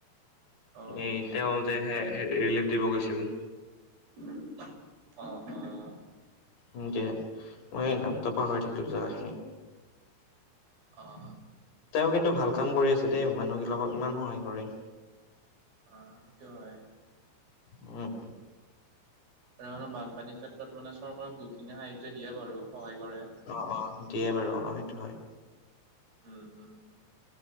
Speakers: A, on the right; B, on the left.
A: অ অ
B: এ তেওঁ যে সেই ৰিলিফ দিব গৈছিল।
A: অহঁ অহঁ।
B: এনেকে মই নামটো পাহৰি থাকিলো জেগাখিনি।
A: অঁ
B: তেওঁ কিন্তু ভাল কাম কৰি আছে দেই, মানুহ বিলাকক ইমান সহায় কৰে।
A: অঁ সেইটো হয়।
B: উম।
A: আৰু ধৰণৰ বানপানীৰ ক্ষেত্ৰত মানে চৰকাৰে বহুতখিনি সাহায্য দিয়ে বাৰু সহায় কৰে।
B: অঁ অঁ দিয়ে বাৰু অ সেইটো হয়।
A: উম উম উম।